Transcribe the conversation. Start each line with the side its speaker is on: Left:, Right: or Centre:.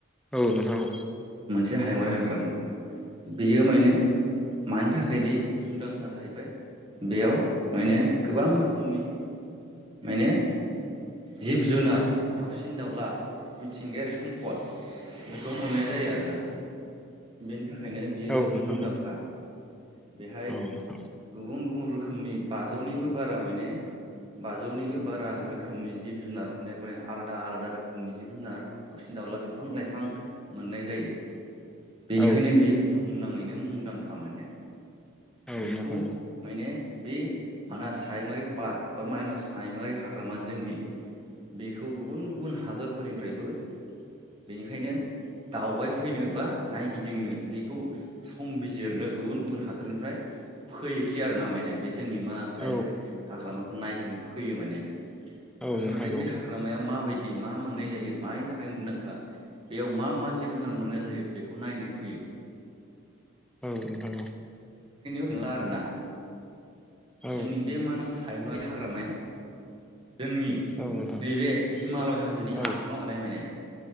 Centre: औ नोंथां
Right: हायङरारि हाग्रामा बेयो माने मानि थाखाय बे मुंदांखा जाहैबाय बेयाव माने गोबां रोखोमनि माने जिब जुनार दाउसिन दाउला मिथिंगायारि सम्पद बेखौ मोननाय जायो आरोना बेनि थाखायनो बेयो जोबोद
Centre: औ नोंथां
Right: मुंदांखा
Centre: औ
Right: बेहाय
Centre: औ नोंथां
Right: गुबुन गुबुन रोखोमनि बाजौनिबो बारा माने बाजौनिबो बारा रोखोमनि जिब जुनार अनेक अनेक आलादा आलादा रोखोमनि जिब जुनार दावसिन दाउला बिफां लाइफां मोननाय जायो। बेनिखायनो
Centre: औ
Right: बेयो बुहुमनाङैनो मुंदांखा माने
Centre: औ
Right: बेखौ
Centre: नोंथां
Right: माने बे मानास हायुङारि पार्क बा माइन हायुङारि हाग्रामा जोंनि बेखौ गुबुन गुबुन हादरफोरनिफ्रायबो बेनिखायनो दावबाय फैनोबा नायगिदिंनो बेखौ संबिजिरनो गुबुन गुबुन हादरनिफ्राय फैयोखि आरो ना माने बे जोंनि मानास हायङारि
Centre: औ
Right: हाग्रामाखौ नायहिनो फैयो माने
Centre: औ
Right: आसलथे
Centre: नोंथां
Right: बे हाग्रामाया माब बायदि बि मा मोननाय जायो मानि थाखाय मुंदांखा बेयाव मा मा जिब जुनार मोननाय जायो बे खौ नायनो फैयो।
Centre: औ नोंथां
Right: बुंब्ला आरोना
Centre: औ
Right: जोंनि बे मानास हायुङारि हाग्रामाया जोंनि
Centre: नोंथां
Right: नैबे हिमालय हाजोनि
Centre: औ नोंथां औ
Right: आफाङाव थानाय माने